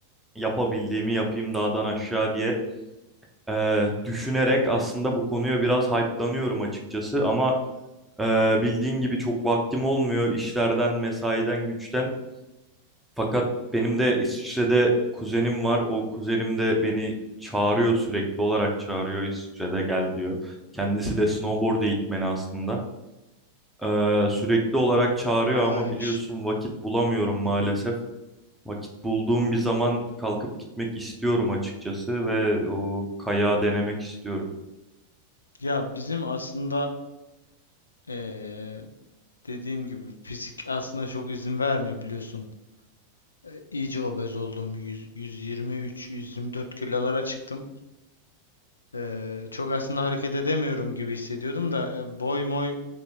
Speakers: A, in the centre; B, on the left (about 75°).
A: yapabildiğimi yapayım dağdan aşağı diye ee, düşünerek aslında bu konuya biraz hype'lanıyorum açıkçası ama ee, bildiğin gibi çok vaktim olmuyor işlerden, mesaiden, güçten. Fakat benim de İsviçre'de kuzenim var. O kuzenim de beni çağırıyor sürekli olarak çağırıyor İsviçre'de gel diyor. Kendisi de snowboard eğitmeni aslında. Ee, sürekli olarak çağırıyor
B: Bayağı
A: ama
B: iyiymiş.
A: biliyorsun vakit bulamıyorum maalesef.
B: Hı hı.
A: Vakit bulduğum bir zaman kalkıp gitmek istiyorum açıkçası ve o kayağı denemek istiyorum.
B: Ya bizim aslında eee, dediğim gibi fizik aslında çok izin vermiyor biliyorsun. E, iyice obez oldum. 100, 123, 124 kilolara çıktım. Eee, çok aslında hareket edemiyorum gibi hissediyordum da e, boy moy